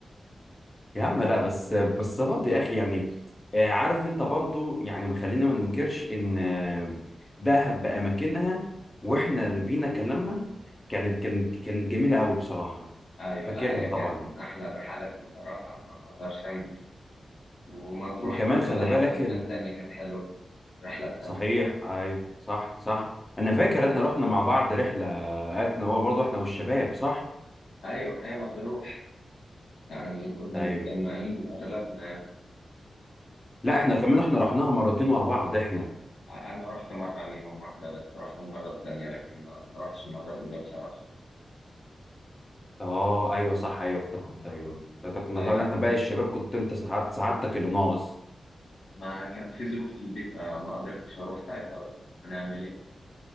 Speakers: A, on the left; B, on the left.
A: يا عم لا بس بس برضه يا اخي يعني آه، عارف انت برضه يعني خلينا ما ننكرش ان آه، دهب باماكنها واحنا اللي بينا كلامنا كانت كانت كانت جميله قوي بصراحه
B: ايوه
A: فاكرها
B: لا هي
A: طبعا
B: كانت من احلى الرحلات بصراحه ما ما اقدرش انكر ومطروح
A: وكمان
B: برضو
A: خلي
B: لحد
A: بالك
B: ما التانيه كانت حلوه الرحله التانيه
A: صحيح ايوه صح صح انا فاكر احنا رحنا مع بعض رحله احنا هو برضه احنا والشباب صح
B: ايوه ما هي مطروح يعني كنا
A: ايوه
B: متجمعين اغلبنا يعني.
A: لا احنا كمان احنا رحناها مرتين ورا بعض احنا
B: انا رحت مره منهم واحده بس رحت المره التانيه لكن ما ما رحتش المره الاولى بصراحه
A: اه ايوه صح ايوه افتكرت ايوه ساعتها كنا
B: ايوه
A: طبعا احنا باقي الشباب كنت انت ساعات سعادتك اللي ناقص
B: ما كانت في ظروف في البيت فما قدرتش اروح ساعتها بقى هنعمل ايه